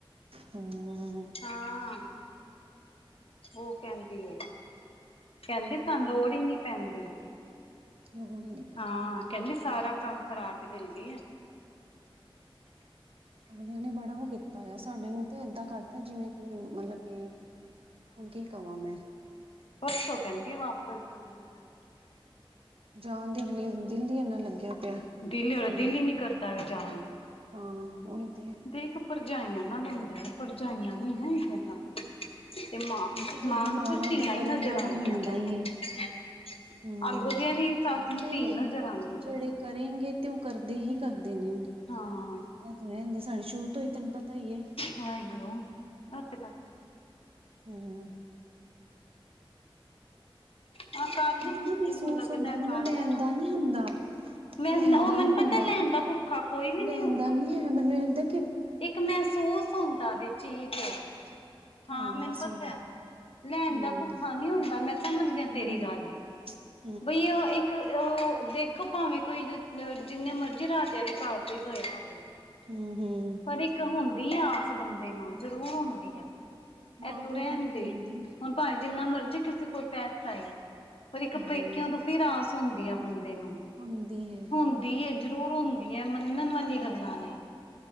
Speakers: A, on the right; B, on the left.
A: ਹਮ।
B: ਹਾਂ, ਉਹ ਕਹਿੰਦੀਏ। ਕਹਿੰਦੇ, ਸਾਨੂੰ ਲੋੜ ਹੀ ਨੀ ਪੈਂਦੀ।
A: ਲੋੜ ਹੀਨੀ
B: ਹਾਂ ਕਹਿੰਦੀ, ਸਾਰਾ ਕੰਮ ਕਰਾ ਕੇ ਦਿੰਦੀਏ।
A: ਅਗਲਿਆਂ ਨੇ ਬੜਾ ਉਹ ਕੀਤਾ ਹੋਇਆ। ਸਾਡੇ ਨੂੰ ਤੇ ਏਦਾਂ ਕਰਤਾ, ਜਿਵੇਂ ਕਿ ਮਤਲਬ ਕਿ ਹੁਣ ਕੀ ਕਵਾਂ ਮੈਂ?
B: ਪਰਸੋ ਕਹਿੰਦੀ ਵਾਪਸ ਜਾਣਾ ਮੈਂ
A: ਜਾਣ ਦੇ ਅਗਲੀ ਨੁੰ, ਦਿਲ ਈ ਇੰਨਾ ਲੱਗਿਆ ਪਿਆ।
B: ਦਿਲ ਹੋਏ,
A: ਤੇ
B: ਦਿਲ ਹੀ ਨੀ ਕਰਦਾ ਪਿਆ ਜਾਣ
A: ਹਾਂ, ਉਹੀ ਤੇ।
B: ਦੇਖ, ਭਰਜਾਈਆਂ ਨਾਲ ਹੁੰਦਾ ਏ, ਭਰਜਾਈਆਂ ਨੀ ਨਾ ਇਹਦਾ ਦੇ ਤੇ ਮਾਂ,
A: ਨਹੀਂ ਤਾਂ ਫਿਰ
B: ਮਾਂ
A: ਵੀ
B: ਨੂੰ
A: ਮਾਵਾਂ
B: ਤੇ ਧੀਆਂ
A: ਦਾ ਕਰਨ
B: ਹੀ ਨਜ਼ਰ
A: ਦਾ ਵੀ
B: ਆਉਂਦੀਆਂ
A: ਹੁੰਦਾ
B: ਪਈਆਂ।
A: ਹੀ ਹੈ <inaudible> ਹੂੰ
B: ਅੱਗੋਂ ਦੀ ਇਹਦੀ ਸੱਸ ਨੂੰ
A: ਨਹੀਂ,
B: ਧੀ ਨਜ਼ਰ ਆਉਂਦੀ
A: ਜਿਹੜੇ
B: ਪਈ
A: ਕਰੇਂਗੇ ਤੇ ਉਹ ਕਰਦੇ ਹੀ ਕਰਦੇ ਨੇ।
B: ਹਾਂ।
A: ਰਹਿਣ ਦੇ, ਸਾਡੇ ਸ਼ੁਰੂ ਤੋਂ ਹੀ ਤੈਨੂੰ ਪਤਾ ਹੀ ਏ।
B: ਵਾਹਿਗੁਰੂ, ਉਹ ਤੇ ਪਤਾ।
A: ਹੂੰ
B: ਹਾਂ ਕਰ ਲਈ
A: ਮੈਨੂੰ
B: ਜਿਹਨੂੰ
A: ਨਾ ਮਹਿਸੂਸ
B: ਲੱਗਦਾ
A: ਹੁੰਦਾ, ਮੈਨੂੰ
B: ਕਰ
A: ਲੈਂਨ
B: ਦੇਣਾ
A: ਦਾ ਨੀ ਹੁੰਦਾ।
B: ਮੈਂ
A: ਲੈਣ
B: ਉਹ
A: ਦਾ
B: ਮੈਨੂੰ
A: ਨੀ ਹੁੰਦਾ,
B: ਪਤਾ ਲੈਣ ਦਾ ਭੁੱਖਾ ਕੋਈ ਵੀ ਨਹੀਂ
A: ਲੈਣ
B: ਹੁੰਦਾ
A: ਦਾ ਨੀ ਹੈ ਮੈਨੂੰ ਇਹ ਹੁੰਦਾ
B: ਇੱਕ ਮਹਿਸੂਸ ਹੁੰਦਾ ਵੇ ਚੀਜ਼ ਹਾਂ,
A: ਹਾਂ
B: ਮੈਨੂੰ
A: ਬਸ
B: ਪਤਾ।
A: ਉਹੀਓ
B: ਲੈਣ
A: ਹੂੰ
B: ਦਾ ਭੁੱਖਾ ਨਹੀਂ ਹੁੰਦਾ, ਮੈਂ ਸਮਝ ਗਿਆ ਤੇਰੀ
A: ਲੈ
B: ਗੱਲ।
A: <inaudible>
B: ਭਈਆ ਇੱਕ, ਉਹ ਦੇਖ ਦੇਖੋ, ਭਾਵੇਂ ਕੋਈ ਜਿੰਨੇ ਮਰਜ਼ੀ ਰਾਜਿਆਂ ਦੇ ਘਰ ਕੋਈ ਗਿਆ ਹੋਵੇ।
A: ਹੂੰ ਹੂੰ
B: ਪਰ, ਇੱਕ ਹੁੰਦੀ ਆ ਆਸ ਬੰਦੇ ਨੂੰ ਜ਼ਰੂਰ ਹੁੰਦੀ ਆ।
A: ਮਾਂ
B: ਇਹ ਤੂੰ
A: ਪਿਓ
B: ਰਹਿਣ
A: ਕੋਲ ਹੀ
B: ਦੇ,
A: ਤੇ ਹੁੰਦੀ ਹੈ
B: ਹੁਣ ਭਾਵੇ ਜਿੰਨਾ ਮਰਜ਼ੀ ਕਿਸੇ ਕੋਲ ਪੈਸਾ ਏ।
A: ਹੂੰ
B: ਪੇਕੇਆ ਤੋਂ ਫਿਰ ਆਸ ਹੁੰਦੀ ਆ ਬੰਦੇ ਨੂੰ।
A: ਹੁੰਦੀ ਏ
B: ਹੁੰਦੀ ਏ, ਜ਼ਰੂਰ ਹੁੰਦੀ ਏ ਮੰਨਣ ਵਾਲੀ
A: ਹੂੰ
B: ਗੱਲਾਂ ਨੇ।